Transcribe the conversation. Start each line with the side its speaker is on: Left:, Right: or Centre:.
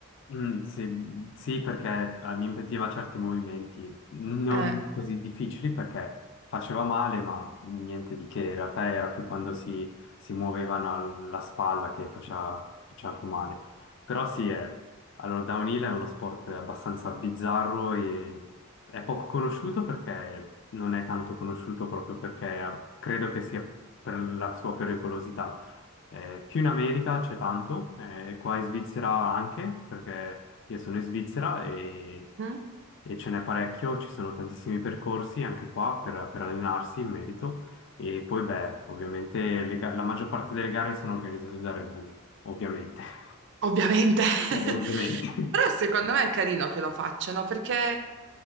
Left: Mm, sì, sì, perché eh, mi impediva certi movimenti non
Right: Eh,
Left: così difficili perché faceva male, ma niente di che. In realtà era più quando si, si muovevano al- la spalla che faceva, faceva più male. Però sì, è, allora, downhill è uno sport abbastanza bizzarro e è poco conosciuto perché non è tanto conosciuto proprio perché credo che sia per la sua pericolosità. Eh, più in America c'è tanto, eh, qua in Svizzera anche, perché io sono in Svizzera e,
Right: mm?
Left: e ce n'è parecchio, ci sono tantissimi percorsi anche qua per, per allenarsi in merito. E poi, beh, ovviamente le ga- la maggior parte delle gare sono organizzate da Red Bull, ovviamente. <laughs>
Right: Ovviamente. <laughs>
Left: Eh, ovviamente.
Right: Però secondo me è carino che lo facciano perché